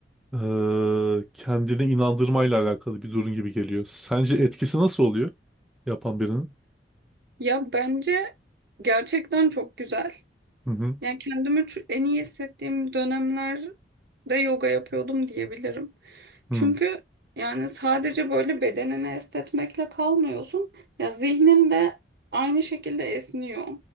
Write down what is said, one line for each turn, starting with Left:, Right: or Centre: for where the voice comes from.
Centre: Ee, kendini inandırmayla alakalı bir durum gibi geliyor. Sence etkisi nasıl oluyor yapan birinin?
Right: ya bence gerçekten çok güzel.
Centre: Hı hı.
Right: Yani kendimi ç- en iyi hissettiğim dönemlerde yoga yapıyordum diyebilirim.
Centre: Hı
Right: Çünkü yani sadece böyle bedenini esnetmekle kalmıyorsun. Ya zihnin de aynı şekilde esniyor.